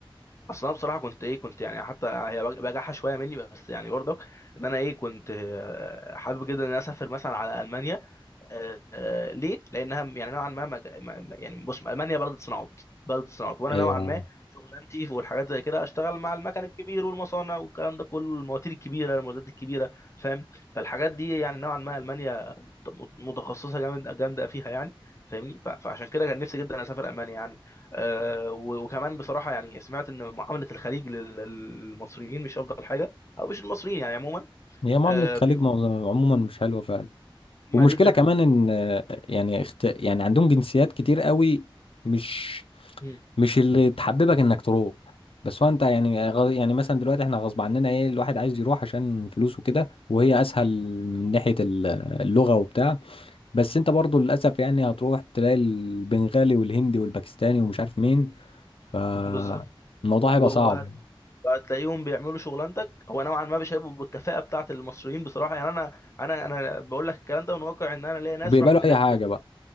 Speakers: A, on the left (about 30°); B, on the left (about 80°).
A: اصل انا بصراحه كنت ايه كنت يعني حتى هي بج- بجاحه شويه مني بس يعني برضك ان انا ايه كنت آه، حابب جدا ان انا اسافر مثلا على المانيا آه، آه، ليه؟ لانها يعني نوعا ما مج... ما- ما- يعني بص المانيا بلد صناعات بلد صناعات وانا
B: ايوه
A: نوعا ما شغلانتي في- والحاجات زي كده اشتغل مع المكن الكبير والمصانع والكلام ده كله المواتير الكبيره المعدات الكبيره فاهم فالحاجات دي يعني نوعا ما المانيا مت- متخصصه جامد جامده فيها يعني فاهمني ف- فعشان كده كان نفسي جدا اسافر المانيا يعني أه و- وكمان بصراحه يعني سمعت ان معامله الخليج لل- للمصريين مش افضل حاجه او مش المصريين يعني عموما
B: هي معامله
A: أه
B: خليج
A: بيقولوا
B: مو- عموما مش حلوه والمشكله
A: ما دي الفكره
B: كمان ان آه، يعني اخت... يعني عندهم جنسيات كتير قوي مش
A: مم.
B: مش اللي تحببك انك تروح بس هو انت يعني غ- يعني مثلا دلوقتي احنا غصب عننا ايه الواحد عايز يروح عشان فلوسه كده وهي اسهل
A: مم.
B: من ناحية ال- اللغة وبتاع بس انت برضو للاسف يعني هتروح تلاقي البنغالي والهندي والباكستاني ومش عارف مين فالموضوع
A: بالظبط
B: هيبقى
A: و-
B: صعب
A: وهت...
B: يعني
A: وهتلاقيهم بيعملوا شغلانتك هو نوعا ما مش هيبقوا بالكفاءه بتاعه المصريين بصراحه يعني انا انا انا بقول لك الكلام ده من واقع ان انا ليا ناس
B: وبيقبلوا
A: راحت
B: اي
A: هناك
B: حاجة
A: وكده
B: بقى